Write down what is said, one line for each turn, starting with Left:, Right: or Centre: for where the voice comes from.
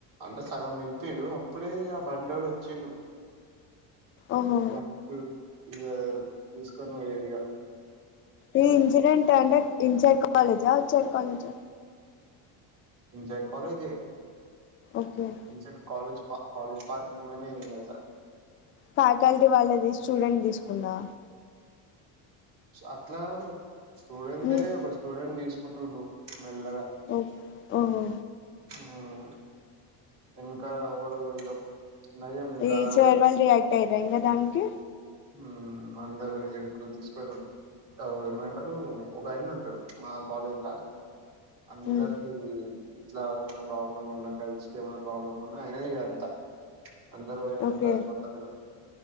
Right: అంటే సగం నింపిండ్రు అప్పుడే ఇగ ఆ బండిఓడు వచ్చిండు
Left: ఓహో
Right: లక్ ఇగా తీసుకొని పోయేరిగా
Left: ఈ ఇన్సిడెంట్ అంటే ఇన్సైడ్ కాలేజా ఆ అవుట్ సైడ్ కాలేజా
Right: ఇన్సైడ్ కాలజి ఏ
Left: ఓకే
Right: ఇన్సైడ్ కాలజ్ కాలేజ్ పార్క్ంగ్నేలనే ఉందియట్ల
Left: ఫ్యాకల్టీ వాళ్ళది స్టూడెంట్ తీసుకుందా
Right: అట్లాగాదు స్టూడెంట్
Left: మ్మ్
Right: దే ఒక స్టూడెంట్ తీసుకుంటుండు మెల్లగా
Left: ఓ ఓహో
Right: మ్మ్ ఇంకా ఎవరు ఇగ నయం ఇంకా
Left: ఈ
Right: ఆడు
Left: స్టోర్ వాళ్ళ రియాక్ట్ అయిరా ఇంకా దానికి
Right: హ్మ్ అందరు ఎడుకో తీసుకోరూ అవు ఏమనింటారు ఒక ఆయన ఉంటాడు మా కాలేజ్ ల అందరకి
Left: మ్మ్
Right: ఇది ఇట్లా ఏమైనా ప్రాబ్లమ్ ఉన్నంకా గర్ల్స్ ఏమైన ప్రాబ్లమ్ ఉన్నా ఆయనే ఇగ అంత అందరు పోయి ఆయన
Left: ఓకే
Right: కట్ పోతారు